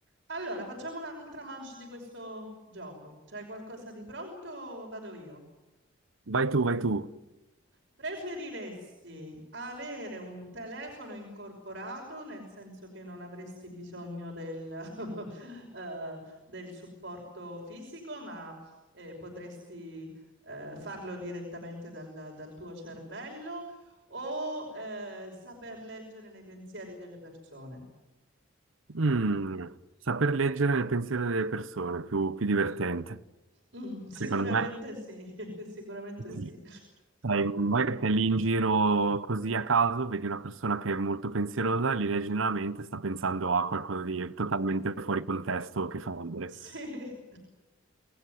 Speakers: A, on the right; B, on the right.
A: Allora, facciamo un'altra manche di questo gioco. C'hai qualcosa di pronto o vado io?
B: Vai tu, vai tu.
A: Preferiresti avere un telefono incorporato, nel senso che non avresti bisogno del, <laughs> eh, del supporto fisico, ma eh, potresti eh, farlo direttamente dal, dal tuo cervello, o eh, saper leggere nei pensieri delle persone?
B: Mm, saper leggere nel pensiero delle persone, più, più divertente.
A: Mh, sicuramente
B: Secondo me,
A: sì, <laughs> sicuramente
B: Sì.
A: sì.
B: sai, magari sei lì in giro così a caso, vedi una persona che è molto pensierosa, gli leggi nella mente, sta pensando a qualcosa di totalmente fuori contesto che fa ridere.
A: Sì.